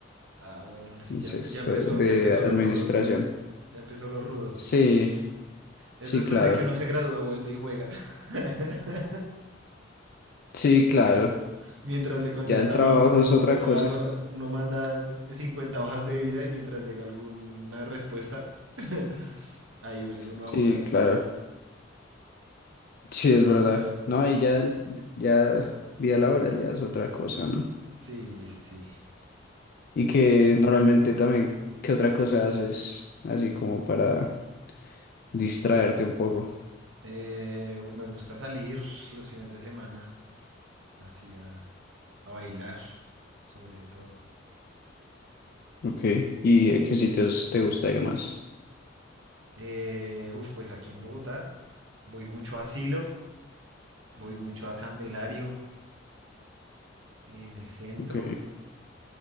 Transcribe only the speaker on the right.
Ah, bueno, sí,
ya,
ya empezó, ya
empezó
lo rudo. Ya empezó lo rudo.
Eso
después
de que uno se gradúa, vuelve y juega. <laughs>
mientras le contestan
a uno,
las, ho- uno manda 50 hojas de vida y mientras llega alguna respuesta, <laughs> ahí vuelve uno
a jugar.
Sí, sí, sí.
Eh, me gusta salir los fines de semana. así a, a bailar, sobre todo.
Eh, uf, pues aquí en Bogotá voy mucho a Asilo, voy mucho a Candelario, en el centro.